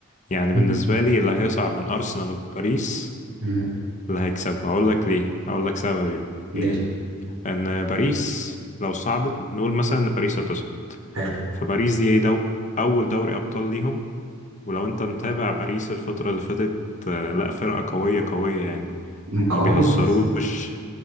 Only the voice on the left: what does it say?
يعني
بالنسبة لي اللي هيصعد من أرسنال وباريس
اللي هيكسبها هقول لك ليه هقول لك سببي
يعني إن باريس لو صعدت نقول مثلا إن باريس هتصعد
فباريس دي دو أول دوري أبطال ليهم ولو أنت متابع باريس الفترة اللي فاتت آه، لا فرقة قوية قوية يعني
ما بيهزروش